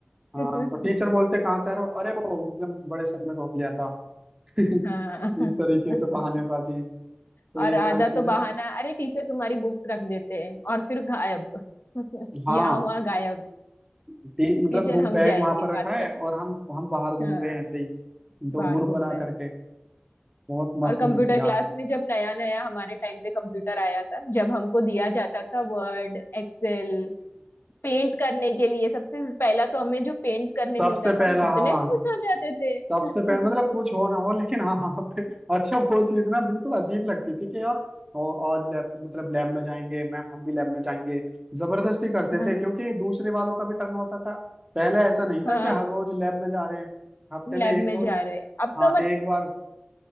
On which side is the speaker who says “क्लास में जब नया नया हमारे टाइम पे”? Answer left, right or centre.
Left